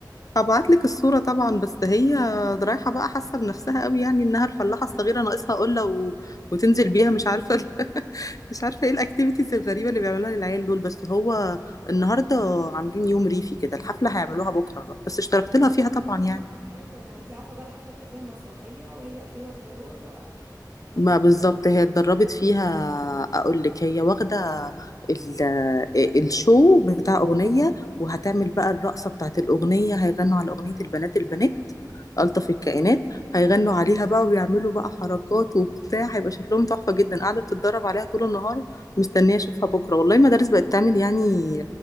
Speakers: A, on the left; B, on the right.
A: هبعت لك الصورة طبعا بس هي رايحة بقى حاسة بنفسها قوي يعني انها الفلاحة الصغيرة ناقصها قلة و... وتنزل بيها مش عارفة ال... <laughs> مش عارفة ايه الاكتيفيتيز الغريبة اللي بيعملوها للعيال دول بس هو النهاردة عاملين يوم ريفي كده الحفلة هيعملوها بكرة بقى بس اشتركت لها فيها طبعا يعني
B: ايوه ما انتي عارفة بقى الحفلة بيبقى فيها مسرحية وهي اكيد واخدة دور بقى ما
A: ما
B: هي مش هتبقى
A: بالظبط هي اتدربت فيها اقول لك هي واخده ال- آه، الشو بتاع اغنيه وهتعمل بقى الرقصه بتاعت الاغنيه هيغنوا على اغنيه البنات البنات
B: اه
A: الطف الكائنات هيغنوا
B: دي عسل
A: عليها بقى ويعملوا بقى حركات وبتاع هيبقى شكلهم تحفه جدا قاعده بتتدرب عليها طول النهار مستنيه اشوفها بكره والله المدارس بقت تعمل يعني